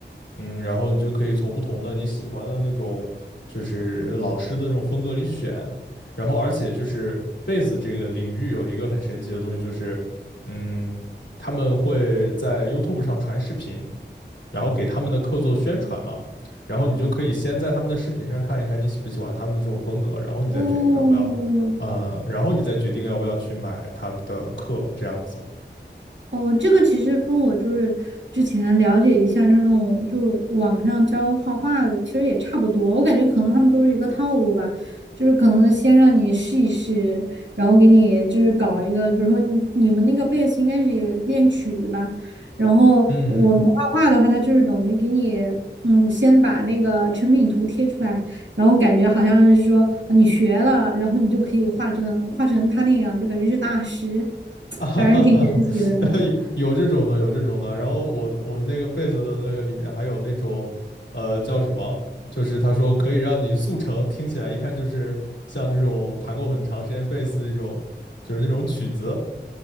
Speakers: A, on the left (about 85°); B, on the right (about 80°).
A: 嗯，然后你就可以从不同的你喜欢的那种，就是老师的这种风格里选，然后而且就是贝斯这个领域有一个很神奇的东西，就是嗯，他们会在 YouTube 上传视频，然后给他们的课做宣传嘛，然后你就可以先在他们的视频上看一看你喜不喜欢他们的这种风格，然后你再决定要不要，
B: 哦，
A: 呃，然后你再决定要不要去买他们的课，这样子。
B: 哦，这个其实跟我就是之前了解一下那种就是网上教画画的，其实也差不多。我感觉可能他们都是一个套路吧，就是可能先让你试一试，然后给你就是搞一个，比如说你你们那个贝斯应该是也练曲子吧，然后我们画画的话，
A: 嗯。
B: 它就是等于给你嗯先把那个成品图贴出来，然后感觉好像是说呃你学了，然后你就可以画成画成他那样，就感觉是大师，<laughs> <tsk>
A: <laughs> 啊哈哈哈，
B: 反正挺神奇的。
A: <laughs> 有有这种的，有这种的。然后我我那个贝斯的那个里面还有那种，呃，叫什么？就是他说可以让你速成，听起来一看就是像这种弹过很长时间贝斯那种，就是那种曲子